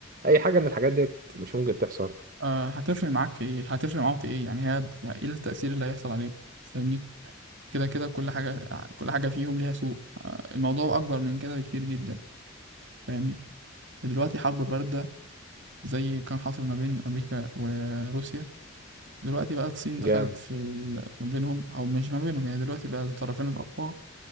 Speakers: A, on the right; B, on the right.
A: أي حاجة من الحاجات ديت مش ممكن تحصل
B: أه هتفرق معاك في ايه هتفرق معاهم في ايه يعني هي ايه التاثير اللي هيحصل عليك فاهمني كده كده كل حاجه كل حاجه فيهم ليها سوق أه الموضوع اكبر من كده بكتير جدا فاهمني دلوقتي حرب باردة زي كان حاصل ما بين أمريكا وروسيا دلوقتي بقى الصين
A: جامد
B: دخلت في ال... ما بينهم أو مش ما بينهم يعني دلوقتي بقى الطرفين الأقوى